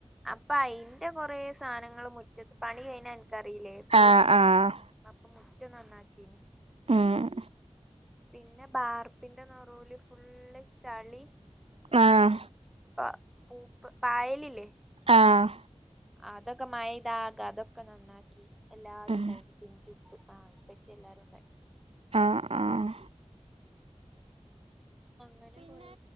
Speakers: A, in the centre; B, on the right.
A: അപ്പൊ അയിന്റെ കൊറെ സാധനങ്ങൾ മുറ്റത്ത്. പണി കഴിഞ്ഞാൽ അൻക്കറില്ലേ ഫുൾ
B: ആഹ് ആഹ് ആഹ്
A: അപ്പൊ മുറ്റം നന്നാക്കീന്
B: ഉം
A: പിന്നെ ബാർപ്പിന്റെ നൊറൂല് ഫുള്ള് ചളി
B: ആഹ്
A: മറ്റ പ പൂപ്പ് പായലില്ലേ
B: ആഹ്
A: അതൊക്കെ മഴ പയ്താകെ അതൊക്കെ നന്നാക്കി എല്ലാരും
B: ഉം
A: ഉണ്ടായി പിഞ്ചുപ്പ് ആ ഉപ്പച്ചി എല്ലാരും ഉണ്ടായി
B: ആഹ് ആഹ്
A: അങ്ങനെ കൊറെ